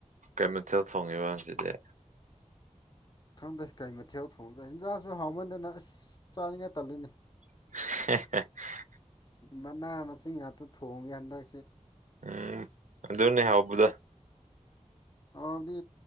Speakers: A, on the right; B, on the left.
A: ꯀꯦꯃꯤꯀꯦꯜ ꯐꯣꯡꯉꯤꯕꯁꯤꯗꯤ
B: ꯈꯪꯗꯦ ꯀꯩ ꯃꯊꯦꯜ ꯊꯣꯡꯗ꯭ꯔꯦ ꯍꯤꯟꯖꯥꯡꯁꯨ ꯍꯥꯎꯃꯟꯗꯅ ꯑꯁ ꯆꯥꯅꯤꯡꯉꯥꯏ ꯇꯜꯂꯤꯅꯤ
A: <inaudible>
B: ꯃꯅꯥ ꯃꯁꯤꯡ ꯉꯥꯛꯇ ꯊꯣꯡꯉꯦ ꯍꯟꯗꯛ
A: ꯎꯝ ꯑꯗꯨꯅꯦꯦ ꯍꯕꯗ
B: ꯑꯗꯨꯗꯤ